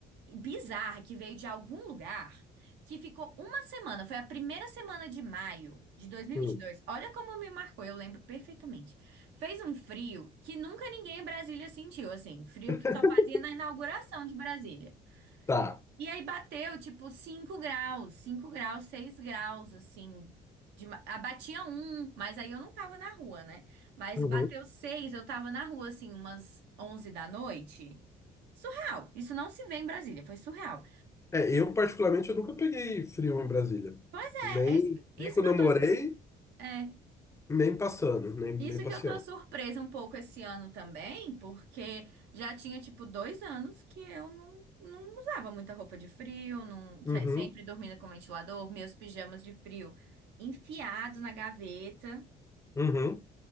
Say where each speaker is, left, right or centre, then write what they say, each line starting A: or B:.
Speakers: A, on the right (about 85°); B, on the left (about 15°).
A: bizarra que veio de algum lugar, que ficou uma semana, foi a primeira semana de maio de dois mil
B: Hum.
A: e e vinte e dois. Olha como me marcou, eu lembro perfeitamente. Fez um frio que nunca ninguém em Brasília sentiu, assim, frio
B: <laughs>
A: que só fazia na inauguração de Brasília.
B: Tá.
A: E aí bateu tipo 5 graus, 5 graus, 6 graus, assim. De, ma- ah, batia um, mas aí eu não tava na rua, né? Mas
B: Uhum.
A: bateu seis, eu tava na rua, assim, umas 11 da noite. Surreal. Isso não se vê em Brasília, foi surreal.
B: É, eu particularmente eu nunca peguei frio em Brasília.
A: Pois é,
B: Nem,
A: é isso que, isso
B: nem quando
A: que eu
B: eu
A: tô,
B: morei,
A: su- é,
B: nem passando, nem, nem
A: isso
B: passeando.
A: que eu tô surpresa um pouco esse ano também, porque já tinha, tipo, dois anos que eu não, não usava muita roupa de frio, não,
B: Uhum.
A: sai- sempre dormindo com ventilador, meus pijamas de frio enfiados na gaveta.
B: Uhum.